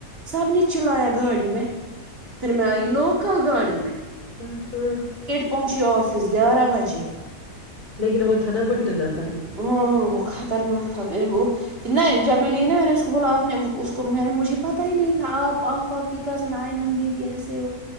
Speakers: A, on the right; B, on the left.
A: سب نے چلایا گاڑی میں پھر میں آئی لو کل گاڑی میں
B: ہاں ہاں
A: پنچ ہی آفس گیارہ بجے
B: لیکن وہ تھا نا ہولٹنف
A: ہ بخ خطرناک تھا وہ نہیں جب میں گئی نا میں نے اس کو بولا آپ نے اس کو میں نے مجھے پتاہ ہی نہیں تھا آپ آف آپ کی کزن آئے من دیدی ایسے وہ